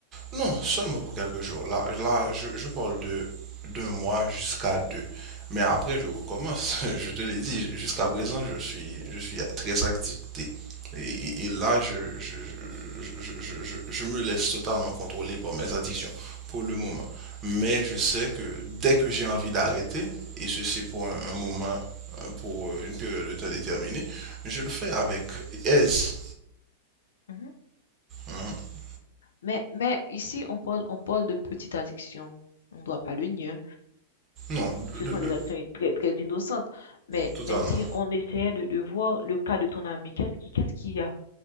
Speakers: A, on the right; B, on the left.
A: Non, seulement pour quelques jours. Là, là, je, je parle de d'un mois jusqu'à deux. Mais après, je recommence. <laughs> Je te l'ai dit, jusqu'à présent, je suis, je suis très activité. Et, et là, je, je, je, je, je- je me laisse totalement contrôler par mes addictions pour le moment. Mais je sais que dès que j'ai envie d'arrêter, et ceci pour un, un moment, euh, pour une période de temps déterminée, je le fais avec aise.
B: Mhm.
A: Mhm.
B: Mais mais ici, on parle on parle de petite addiction. On ne doit pas le nier.
A: Non, de,
B: ce sont
A: de-
B: des
A: de-
B: actions très, très innocentes. Mais,
A: totalement.
B: mais si on essayait de, de voir le cas de ton ami, qu'est-ce qui, qu'est-ce qu'il y a?